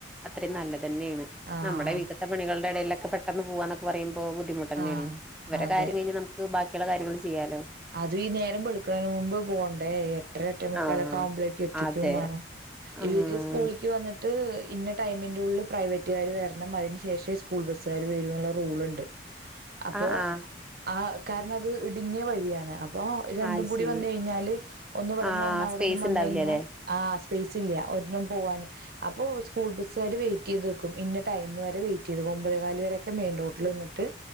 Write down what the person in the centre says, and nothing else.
അത്രയും നല്ലതന്നേണ്
നമ്മുടെ വീട്ട പണകളുടെ ഇടയിലൊക്കെ പെട്ടെന്ന് പോവാന്നൊക്കെ പറയുപോ ബുദ്ധിമുട്ടന്നേണ്
ഇവരെ
കാര്യ കഴിഞ്ഞാൽ ന ബാക്കിയുള്ള കാര്യങ്ങൾ ചെയ്യാലോ?
ആഹ്
അതെ
ആഹ്
ആഹ് ആഹ്
അത്
ശരി
ആഹ്
സ്പേസ്
ഉണ്ടാവില്ലല്ലേ